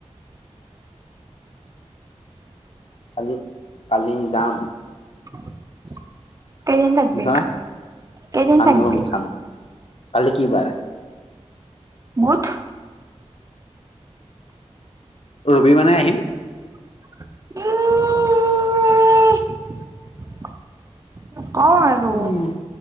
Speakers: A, on the left (about 60°); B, on the right (about 30°).
A: কালি কালি যাম।
B: <inaudible> কেইদিন থাকবি
A: বুজিছা না
B: কেইদিন
A: ধান
B: থাকবি?
A: ৰুম ধান কালি কি বাৰ
B: মুঠ?
A: ৰবি মানে আহিম।
B: <inaudible> কওঁ আৰু
A: উম,